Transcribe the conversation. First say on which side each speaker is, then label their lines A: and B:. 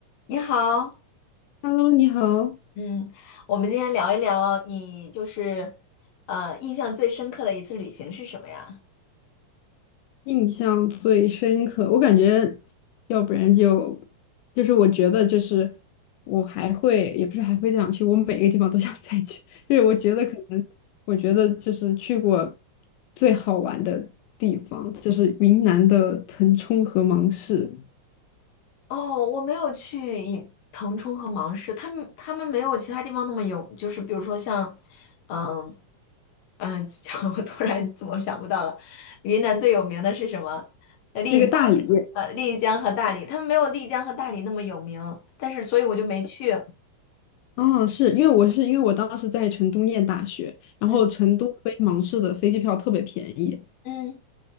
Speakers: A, on the left; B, on the left.
A: 你好，
B: Hello，你好，
A: 嗯，我们今天聊一聊你就是呃印象最深刻的一次旅行是什么呀？
B: 印象最深刻，我感觉，要不然就，就是我觉得就是我还会，也不是还会这样去，我每个地方都想再去，就是我觉得可能，我觉得就是去过最好玩的地方，就是云南的腾冲和芒市，
A: 哦，我没有去以腾冲和芒市，他们他们没有其他地方那么有，就是比如说像，嗯嗯，<laughs> 我突然怎么想不到了，云南最有名的是什么？呃丽江，
B: 那个大理。
A: 呃，丽江和大理，他们没有丽江和大理那么有名，但是所以我就没去。
B: 哦，是因为我是因为我当时在成都念大学，然后成都飞芒市的飞机票特别便宜，
A: 嗯嗯，